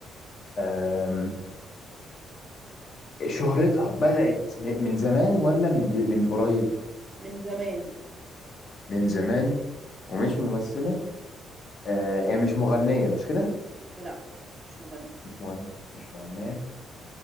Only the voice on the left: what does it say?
آه شهرتها بدأت م- من زمان ولا من د- من قريب
من زمان ومش ممثلة آه هي مش مغنية مش كده
مش مغنية مش مغنية